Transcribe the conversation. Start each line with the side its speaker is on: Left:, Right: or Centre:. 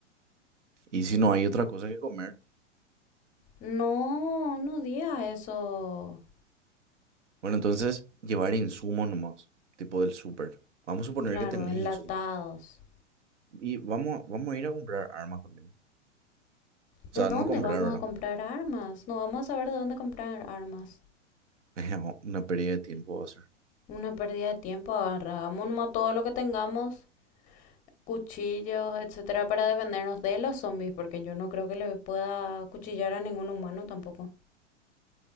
Right: Y si no hay otra cosa que comer,
Left: No, no digas eso.
Right: bueno, entonces llevar insumos nomás, tipo del súper. Vamos a suponer
Left: Claro,
Right: que tenés
Left: enlatados.
Right: insumos. Y vamos, a- vamos a ir a comprar armas también. O
Left: ¿De
Right: sea,
Left: dónde
Right: no comprar,
Left: vamos
Right: ¿verdad?
Left: a comprar armas? No vamos a saber de dónde comprar armas.
Right: Es o- una pérdida de tiempo va a ser.
Left: Una pérdida de tiempo, agarramos nomás todo lo que tengamos. cuchillos, etcétera, para defendernos de los zombies, porque yo no creo que le pueda cuchillar a ningún humano tampoco.